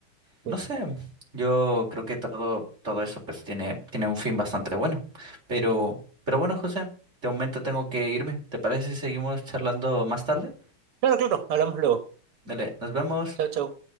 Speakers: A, on the right; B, on the right.
A: no
B: Sí.
A: sé, yo creo que todo, todo eso pues tiene, tiene un fin bastante bueno. Pero, pero bueno, José, de momento tengo que irme. ¿Te parece si seguimos charlando más tarde?
B: Claro, claro, hablamos luego.
A: Dale, nos vemos.
B: Chao, chao.